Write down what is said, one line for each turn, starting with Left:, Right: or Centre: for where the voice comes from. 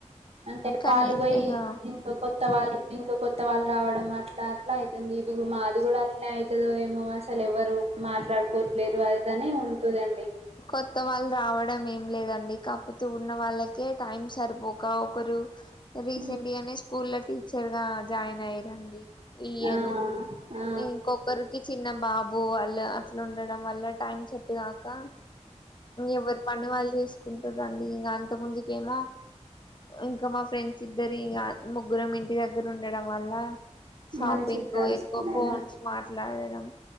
Right: అంటే
Left: కానీ
Right: పాలు పోయి
Left: ఇక
Right: ఇంకా కొత్త వాళ్ళు ఇంకా కొత్త కొత్తవాలు రావడం అట్లా అట్లా అవుతుంది ఇది మాది కూడా అట్లే అవుతుందో ఏమో అసలు ఎవరు మాట్ ట్లాడుకోవట్లేరు అదిదనే ఉంటుదండి
Left: కొత్త వాళ్ళు రావడం ఏం లేదండి కాపోతే ఉన్న వాళ్ళకే టైం సరిపోక ఒకరి రీసెంట్
Right: ఉమ్
Left: గానే స్కూల్ లో టీచర్ గా జాయిన్ అయ్యారంండి ఇ ఇయర్
Right: ఆ ఆ
Left: ఇంకాఒకర్కి చిన్న బాబు వాళ్ళు అట్లా ఉండడం వల్ల టైమ్ సేట్టుగాక ఎవ్వరి పని వాళ్ళు చేసుకుంటండి ఇంక అంత ముందుకేమో ఇంకా మా ఫ్రెండ్స్ ఇద్దరి ఇ ముగ్గురం ఇంటి దగ్గర ఉండడం వల్ల షాపింగ్
Right: మంచి
Left: కు
Right: కలుసుకునేదా
Left: ఎక్కువ ఫోన్స్ మాట్లాడడం